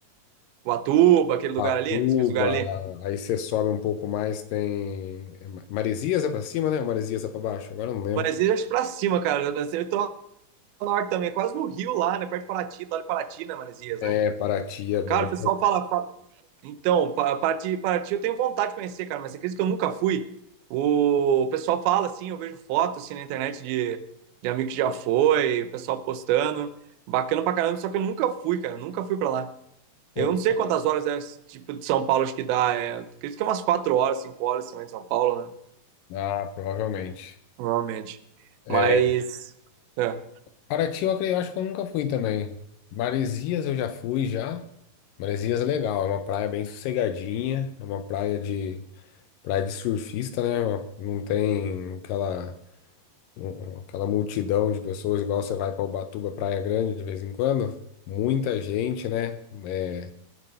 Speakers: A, on the right (about 80°); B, on the left (about 80°).
A: Ubatuba, aquele
B: Patuba,
A: lugar ali, aquele lugar ali.
B: aí você sobe um pouco mais, tem é Ma- Maresias é para cima, né? Ou Maresias é para baixo? Agora eu não lembro.
A: Maresias pra cima, cara. Eu tô lá no norte também, é quase no Rio lá, né? Perto de Paraty, lá de Paraty, né, Maresias,
B: É,
A: né?
B: Paraty é bom.
A: Cara, o pessoal fala, fala... Então, Pa- Paraty, Paraty eu tenho vontade de conhecer, cara, mas você acredita que eu nunca fui? O pessoal fala, assim, eu vejo fotos, assim, na internet de, de amigo que já foi, o pessoal postando. Bacana pra caramba, só que eu nunca fui, cara. eu Nunca fui pra lá. Eu
B: Eu-
A: não sei quantas horas é, tipo, de São Paulo acho que dá. É, acredito que é umas quatro horas, cinco horas também de São Paulo, né?
B: Ah, provavelmente.
A: Provavelmente.
B: É,
A: Mas. é.
B: Paraty, eu acre- eu acho que eu nunca fui também. Maresias eu já fui já. Maresias é legal, é uma praia bem sossegadinha, é uma praia de praia de surfista, né? Uma- Não tem aquela um- um, aquela multidão de pessoas igual você vai para Ubatuba, Praia Grande de vez em quando. Muita gente, né? É,